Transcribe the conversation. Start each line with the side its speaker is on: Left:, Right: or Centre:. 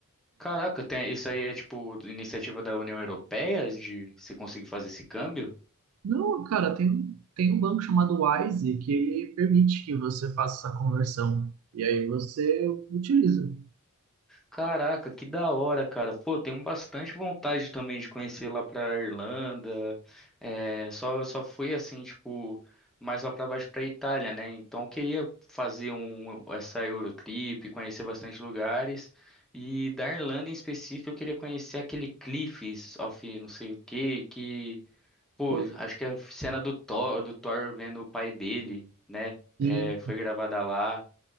Centre: Caraca, tem, isso aí é tipo iniciativa da União Europeia de você conseguir fazer esse câmbio?
Right: Não, cara, tem, um- tem um banco chamado Wise que ele permite que você faça essa conversão. E aí você utiliza.
Centre: Caraca, que da hora, cara. Pô, tenho bastante vontade também de conhecer lá pra Irlanda. É, só, só fui assim, tipo, mais lá pra baixo pra Itália, né? Então eu queria fazer um, essa Eurotrip, conhecer bastante lugares. E da Irlanda em específico, eu queria conhecer aquele Cliffs of não sei o que, que Pô,
Right: Pô,
Centre: acho que a cena do Thor, do Thor vendo o pai dele, né? É,
Right: sim,
Centre: foi gravada lá